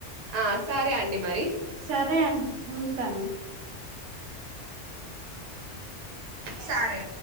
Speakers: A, on the right (about 55°); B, on the right (about 80°).
A: ఆ సరే అండి మరి
B: సరే అండి ఉంటాను
A: సారే